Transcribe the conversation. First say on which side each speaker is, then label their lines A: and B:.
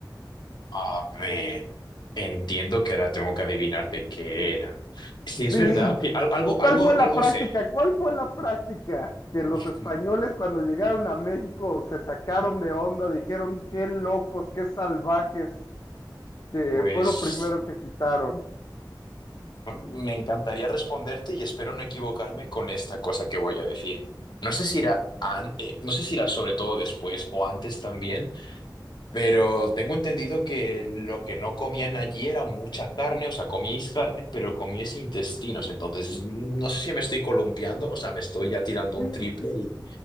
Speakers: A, on the left; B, on the left.
A: A ver, entiendo que ahora tengo que adivinar de qué era. Si
B: Sí,
A: es verdad que al- algo,
B: ¿cuál
A: algo,
B: fue la
A: algo
B: práctica?
A: sé.
B: ¿Cuál fue la práctica que los
A: Uf,
B: españoles cuando llegaron a México se sacaron de onda, dijeron qué locos, qué salvajes, que
A: pues
B: fue lo primero que quitaron?
A: me encantaría responderte y espero no equivocarme con esta cosa que voy a decir. No sé si irá, an- eh, no sé si irá sobre todo después o antes también. Pero tengo entendido que lo que no comían allí era mucha carne, o sea, comíais carne, pero comíais intestinos. Entonces, no sé si me estoy columpiando, o sea, me estoy ya tirando
B: Sí,
A: un triple y...